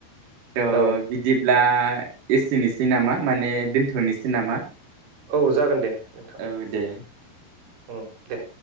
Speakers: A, on the right; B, on the right.
A: थ'
B: औ
A: बिदि बिदिब्ला एसिनिसै नामा माने दोनथ'नोसै सि नामा
B: औ जागोन दे नोंथां।
A: औ दे
B: उम दे